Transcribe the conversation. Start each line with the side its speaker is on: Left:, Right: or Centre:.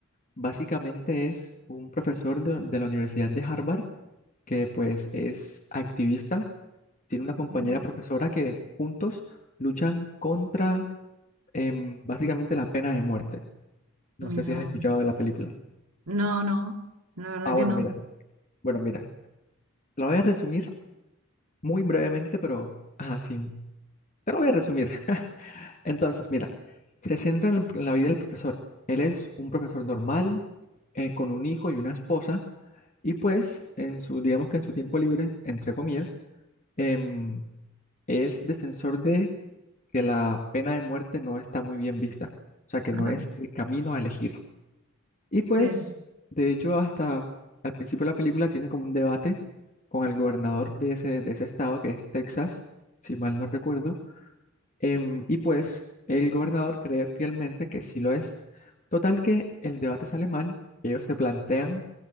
Left: Básicamente es un profesor de de la Universidad de Harvard que pues es activista tiene una compañera
Right: mm,
Left: profesora que juntos luchan contra em, básicamente la pena de muerte. No
Right: Mira
Left: sé si has
Right: vos.
Left: escuchado de la película.
Right: No, no, la verdad
Left: Ah, bueno,
Right: que no.
Left: mira, bueno, mira. La voy a resumir muy brevemente, pero ajá, sí. Te la voy a resumir. <laughs> Entonces, mira, se centra en, el- en la vida del profesor. Él es un profesor normal, eh, con un hijo y una esposa, y pues, en su, digamos que en su tiempo libre, entre comillas, em, es defensor de que la pena de muerte no está muy bien vista, o sea, que
Right: Ajá,
Left: no es el camino a elegir. Y pues,
Right: sí.
Left: de hecho, hasta al principio de la película tiene como un debate con el gobernador de ese, de ese estado, que es Texas, si mal no recuerdo, em, y pues el gobernador cree fielmente que sí lo es. Total que el debate sale mal, ellos se plantean,